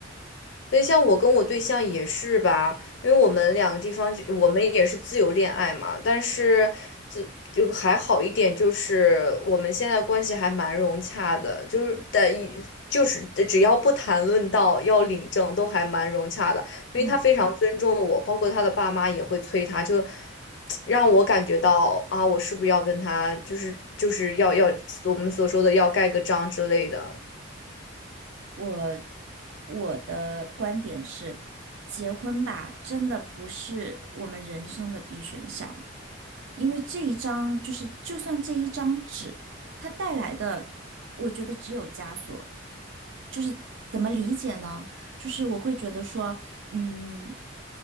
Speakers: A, on the left; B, on the right.
A: 对像我跟我对象也是吧，因为我们两个地方就，我们也是自由恋爱嘛，但是这就还好一点，就是我们现在关系还蛮融洽的，就是但一就是只要不谈论到要领证，都还蛮融洽的，因为他非常尊重我，
B: 嗯，
A: 包括他的爸妈也会催他，就 <tsk> 让我感觉到啊，我是不是要跟他，就是就是要要我们所说的要盖个章之类的。
B: 我我的观点是，结婚吧，真的不是我们人生的必选项，因为这一张就是，就算这一张纸，它带来的，我觉得只有枷锁。就是怎么理解呢？就是我会觉得说，嗯，